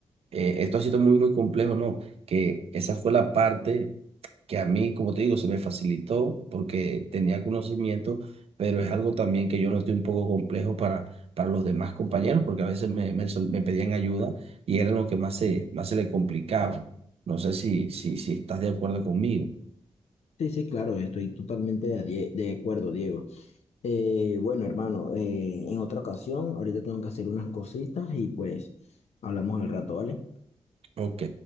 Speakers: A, on the right (about 65°); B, on the left (about 80°).
A: eh, esto ha sido muy, muy complejo, ¿no? Que esa fue la parte que a mí, como te digo, se me facilitó porque tenía conocimiento, pero es algo también que yo noté un poco complejo para, para los demás compañeros, porque a veces me, me, sol- me pedían ayuda y era lo que más se, más se le complicaba. No sé si, si, si estás de acuerdo conmigo.
B: Sí, sí, claro, estoy totalmente de, adie- de acuerdo, Diego. Eh, bueno, hermano, eh, en otra ocasión, ahorita tengo que hacer unas cositas y pues hablamos al rato, ¿vale?
A: Ok.